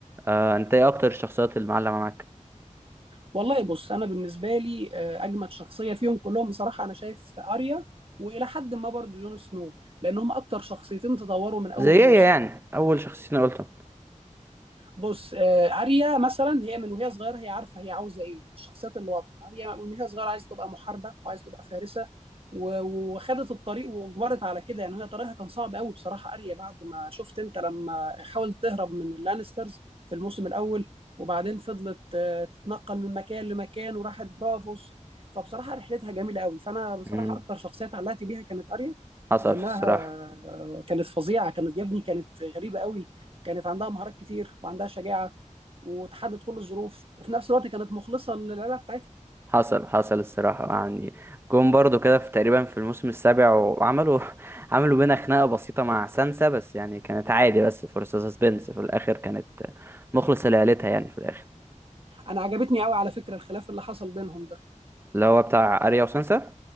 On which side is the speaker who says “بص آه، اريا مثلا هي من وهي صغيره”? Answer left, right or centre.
Right